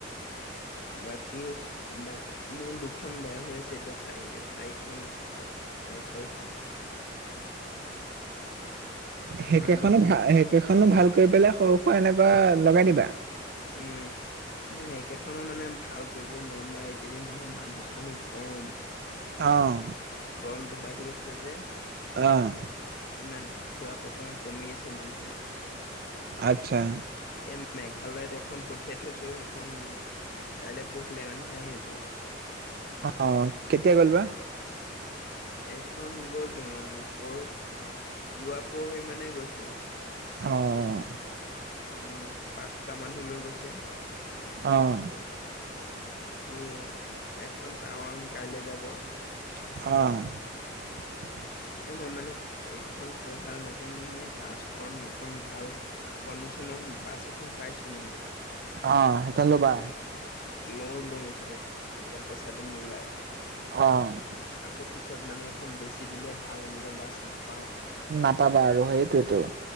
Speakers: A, on the left (about 50°); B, on the right (about 50°).
A: বাকী বা মোৰ দুখন বেয়া হৈ আছে এতিয়া চাৰি চাৰিখন আছে পাচঁখন। অ', চাৰিখন। তোমাৰ
B: সেইকেইখনো
A: দু
B: ভাল সেইকেইখনো ভাল কৰি পেলাই সৰু সুৰা এনেকুৱা লগাই দিবা।
A: উম, মোৰ সেইকেইখনৰ মানে ভাল কৰিব মন নাই এইকেইদিন তুমি মানুহ চানুহ কম।
B: অ'।
A: গৰমটো বাঢ়ি আছে যে।
B: অ'।
A: ইমান ঘোৰা পকা কমি আছে মানুহৰ।
B: আচ্ছা।
A: এই মেঘালয়ত এখন পঠিয়াই থৈছোঁ সেইখন কাইলৈ পৰহিলৈ মানে হে আহিব।
B: অ' কেতিয়া গ'ল বা।
A: এখন গ'ল তোমাৰ পৰো, যোৱা পৰহি মানে গৈছে।
B: অ'।
A: উম, পাঁচটা মানুহ লৈ গৈছে।
B: অ',
A: বাকী এখন টাৱাং কাইলৈ যাব।
B: অ'।
A: এ মই মানে এইকেইখন ক ভাল নকৰো মই এই বাছখন এখন ভাল কণ্ডিশ্যনৰ বাছ এখন পাইছোঁ মানে।
B: অ' সেইখন ল'বা।
A: লওঁ লওঁ চাগে এনেকে পইচাটো মিলাই।
B: অ'।
A: আকৌ পিছত মানে এখন বেছি দিলে ভাল এনেকৈ বাছ নাপ
B: নাপাবা আৰু সেইটোৱেতো,